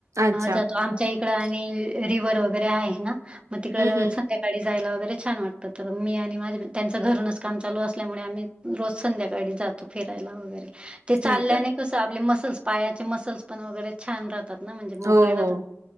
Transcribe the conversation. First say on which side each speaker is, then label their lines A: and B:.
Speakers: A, on the right; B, on the right.
A: अच्छा.
B: जातो. आमच्या इ कड आणि रिव्हर वगैरे आहे ना म तिकड
A: हं, हं.
B: संध्याकाळी जायला वगैरे छान वाटत. तर मी आणि माझे मी, त्यांच घरूनच काम चालू असल्यामुळे, आम्ही रोज संध्याकाळी जातो फिरायला वगैरे. ते चालल्याने
A: हां का?
B: कस आपले मसल्स. पायाचे मसल्स पण. वगैरे छान राहतात ना. म्हणजे मोकळे
A: हो,
B: राहात.
A: हो.